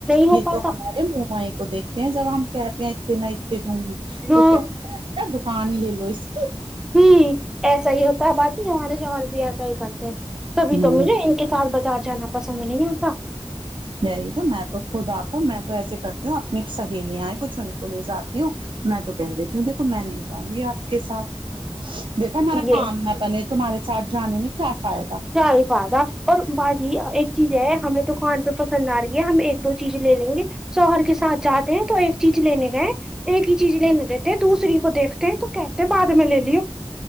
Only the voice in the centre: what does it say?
ہو
پاتا
ہاں
ہوں
جی ایسا ہی ہوتا ہے باجی ہمارے جو اور بھی ایسا ہی کرتے ہیں تبھی تو
مجھے کے ساتھ بازار جانا پسند نہیں آتا
یہ
صحیح کہا بات اور باجی ایک چیز ہے ہمیں توکان پے پسند آ رہی ہے ہم ایک دو چیز لے لیں گے سوہر کے ساتھ جات تے ہے تو ایک چیز لینے گئے ایک ہی چیز لینے دیتے ہیں دوسری کو دیکھتے تو کہتے بعد میں لے لیو